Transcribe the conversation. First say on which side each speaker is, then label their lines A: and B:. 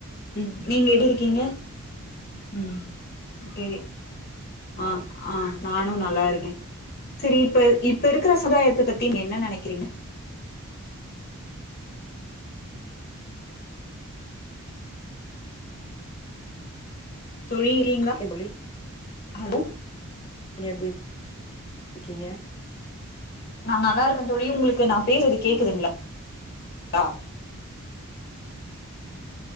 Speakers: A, on the left; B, on the left.
A: உம் நீங்க எப்டி இருக்கீங்க உம் கே ஆஹ ஆஹ நானு நல்லா இருக்க சரி இப்ப இப்ப இருக்கிற சதாயத்த பத்தி நீங்க என்ன நெனைக்கிறீங்க தொழியிறீங்களா
B: ஓகே
A: ஹலோ
B: நீங் எப்டி கீங்க
A: நா நல்லா இருக்க தோழி உங்களு கு நா பேஸ்ரது கேக்குதுங்களா
B: ம்,
A: ஆஹ